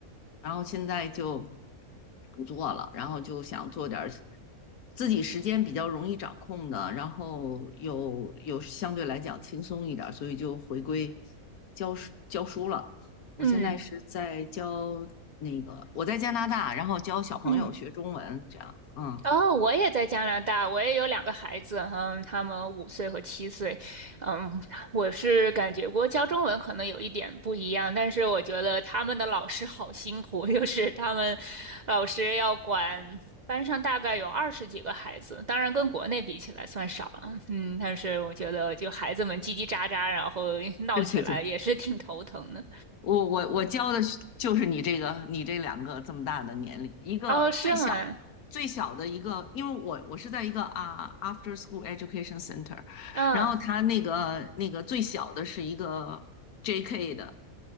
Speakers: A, on the left; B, on the right.
A: 然后现在就不做了，然后就想做点儿自己时间比较容易掌控的，然后又又相对来讲轻松一点儿，所以就回归教书教书了。我现在是在教那个，
B: 嗯
A: 我在加拿大，然后教小朋友学中文，
B: 嗯。
A: 这样，嗯，
B: 哦，我也在加拿大，我也有两个孩子，嗯，他们五岁和七岁，嗯，我是感觉我教中文可能有一点不一样，但是我觉得他们的老师好辛苦，<laughs> 就是他们老师要管班上大概有二十几个孩子，当然跟国内比起来算少了，嗯，但是我觉得就孩子们叽叽喳喳，然后闹起来也是挺头疼的。
A: <laughs> 对对对。我我我教的就是你这个你这两个这么大的年龄，一个最小最小的一个，
B: 哦，是吗？
A: 因为我我是在一个啊 after school education center，
B: 嗯，
A: 然后他那个那个最小的是一个 JK 的，